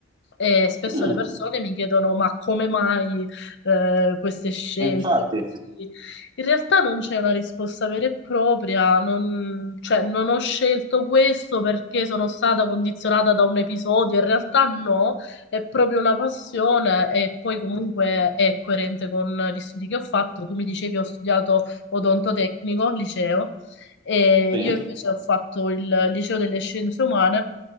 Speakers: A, on the left; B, on the right.
A: E spesso
B: Mm,
A: le persone mi chiedono: ma come mai eh, queste scelte
B: infatti,
A: così? In realtà non c'è una risposta vera e propria, non, cioè, non ho scelto questo perché sono stata condizionata da un episodio. In realtà no, è proprio una passione e poi comunque è coerente con gli studi che ho fatto. Tu mi dicevi ho studiato odontotecnico al liceo e
B: sì,
A: io invece ho fatto il liceo delle scienze umane